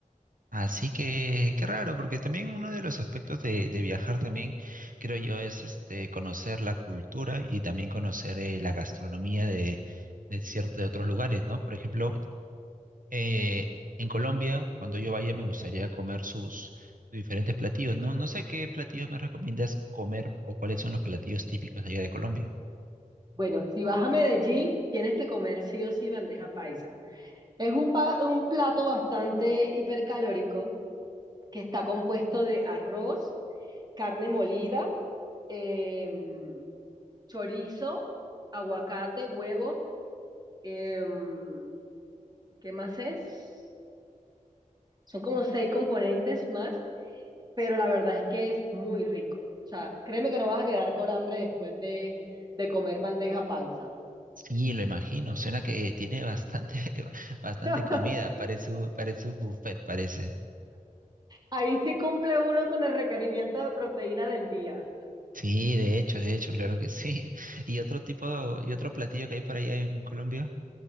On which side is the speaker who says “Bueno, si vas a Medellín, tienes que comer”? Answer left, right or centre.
Right